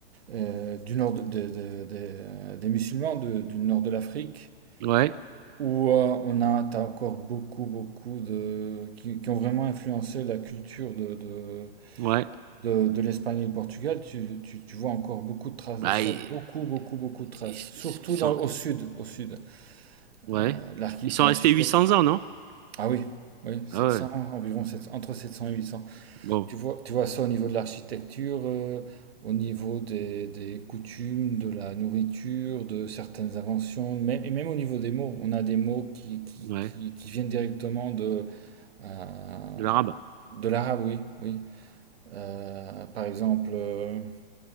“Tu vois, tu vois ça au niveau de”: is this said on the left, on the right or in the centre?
Right